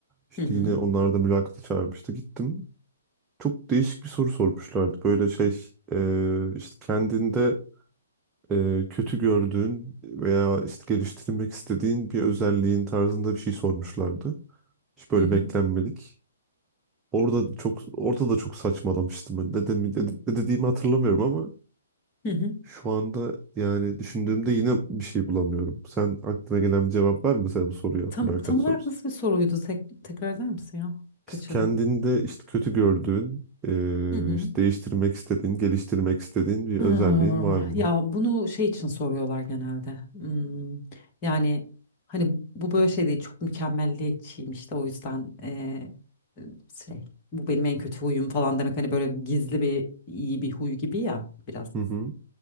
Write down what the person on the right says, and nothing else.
İşte
yine onlar da mülakata çağırmıştı. Gittim. Çok değişik bir soru sormuşlardı. Böyle şey e, işte kendinde e, kötü gördüğün veya işte geliştirmek istediğin bir özelliğin tarzında bir şey sormuşlardı. Hiç böyle
beklenmedik. Orada çok orada da çok saçmalamıştım. Ne, de, ne dediğimi hatırlamıyorum ama
Şu anda yani düşündüğümde yine bir şey bulamıyorum. Sen aklına gelen bir cevap var mı mesela bu soruya?
Mülakat
sorusu.
İşte kendinde işte kötü gördüğün, eee,
işte değiştirmek istediğin, geliştirmek istediğin bir
özelliğin var mı?
Hı hı.